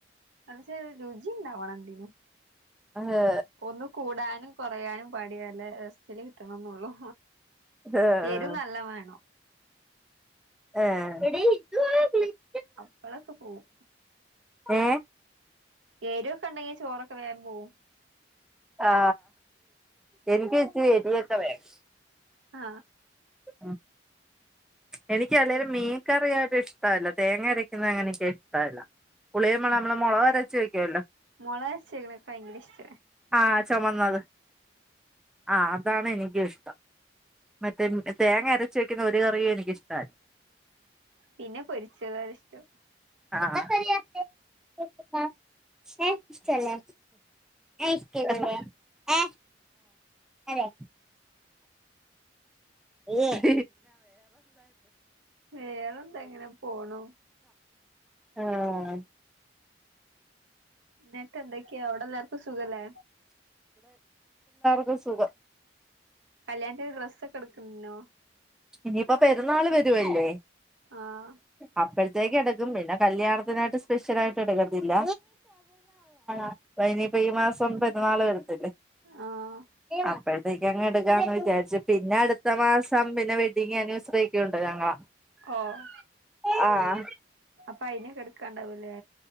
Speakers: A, on the right (about 80°); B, in the centre.
A: <unintelligible> രുചിണ്ടാവണം എന്തിനും.
B: ഏഹ്
A: ഒന്ന് കൂടാൻ. കൊറയാനും പാടിയാല്ലെ രസത്തിനു കിട്ടണന്നള്ളു.
B: ഏഹ്
A: എരു നല്ല വേണം.
B: ആഹ <unintelligible>
A: അപ്പളൊക്കെ പോവും
B: ഏ
A: എരൊക്കെണ്ടെങ്കി ചോറൊക്കെ വേം പോവും
B: ആ എനിക്കിചിരി എരിവൊ ക്കെ വേണം
A: ആ
B: മ് എനിക്ക് അല്ലേലും മീൻ കറിയായിട്ട് ഇഷ്ടല്ല തേങ്ങ അരക്കുന്ന അങ്ങനെയൊകിഷ്ടല്ല പുളിയുംമാണം മ്മളെ മൊളകരച് വെ <unintelligible> ല
A: മൊളകരച്ച് വെക്ണതൊക്കെ ഭയങ്കരിഷ്ട
B: ആ ചൊമന്നത് ആ ആ അതാണെനിക്കിഷ്ടം മറ്റേ തേങ്ങരച് വെക്കുന്നത് ഒരു കറിയും എനിക്കിഷ്ടല്ല
A: പിന്നെ പൊരിച്ചതാണിഷ്ടം
B: ആ <unintelligible> ഇഷ്ടല്ലേ ഇഷ്ടല്ലേ ആ അതെ യേ
A: വേറെന്താ ഇങ്ങനെ പോണു-
B: ആഹ് -
A: <unintelligible> ട്ടെന്തൊക്കെയ അവിടെ എല്ലാർക്കും സുഖല്ലേ?
B: ക്കും സുഖം-
A: കല്യാണത്തിന് ഡ്രസ്സൊക്കെ എടുക്ക്ന്ന്ണ്ണോ?
B: ഇനിയിപ്പോ പെരു- ന്നാള് വരുവല്ലേ
A: ആഹ്
B: അപ്പ- ഴത്തെക്കും എടുക്കും പിന്നെ കല്യാണത്തിനായിട്ട് സ്പെഷ്യൽ ആയിട്ട് എടുക്കത്തില്ല അപ്പൊ ഇനിയിപ്പോ ഈ മാസം പെുന്നാൾ വരും- ല്ലെ
A: ആഹ്
B: അപഴത്തെക്ക്- എങ്ങ എടുക്കാന്ന് വിചാരിച്ചു പിന്നെ അടുത്ത മാസം പിന്ന- വെഡിങ് ആനിവേഴ്സറി ഒക്കെയുണ്ട് - ഒരാങ്ങള
A: ഓഹ്
B: ആഹ് ആ-
A: പ്പ അയ്‌ന് കെട്ക്കാംണ്ടാവുംലെ?